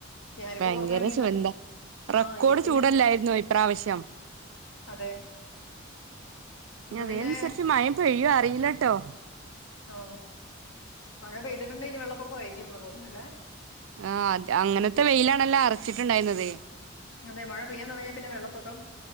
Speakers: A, on the left; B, on the right.
A: ഞാനിപ്പോ
B: പയ്ങ്കര
A: പുറത്തിറങ്ങിയിട്ട്
B: ശുന്ദാ റെക്കോർഡ്
A: ആ ഇപ്പൊ പിന്നെ
B: ചൂടല്ലായിരുന്നോ ഇപ്രാവശ്യം?
A: അതെ ഇപ്പൊ
B: നി അതേനുസരിച്ച്
A: പിന്നെ
B: മഴേ പെയ്യുവോ? അറിയില്ലട്ടോ.
A: ആ മഴ പെയ്തിട്ടുണ്ടേ ഇനി വെള്ളപ്പൊക്കവായിരിക്കുന്നതോന്നേലേ.
B: ആ അത് അങ്ങനത്തെ വെയിലാണല്ലോ അറച്ചിട്ടുണ്ടായിരുന്നത്?
A: അതെ മഴ പെയ്യാൻ തൊടങ്ങിയ പിന്നെ വെള്ളപ്പൊക്കം.